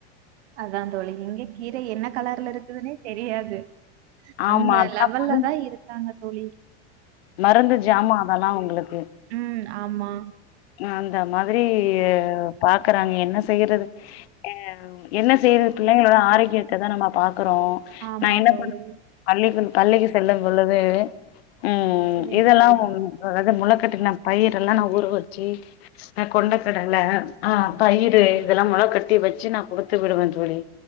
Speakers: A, on the right (about 75°); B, on the left (about 65°).
A: அதா தோழி இங்க கீர என்ன கலர்ல இருக்குதுனே தெரியாது
B: ஆமா
A: அந்த
B: அதெல்லா
A: லெவல்ல
B: மருந்து
A: தா இருக்காங்க தோழி
B: மருந்து ஜாமா அதெல்லா அவுங்களுக்கு
A: ம் ஆமா
B: அந்த மாதிரி பாக்குறாங்க என்ன செய்யறது ஆ என்ன செய்யறது பிள்ளைங்களோட ஆரோக்கியத்ததா நம்ம பாக்குறோ
A: ஆமா
B: நா என்ன
A: தோழி.
B: பன்ன பள்ளிக்கு பள்ளிக்கு செல்லு பொழுது ம்
A: சரிங்க
B: இதெல்லா
A: தோழி.
B: அதாவது முளக்கட்டின பயிரல்லா நா ஊற வச்சு அ கொண்ட கடல ஆ பயிரு இதெல்லா மொள கட்டி வச்சு நா குடுத்து விடுவே தோழி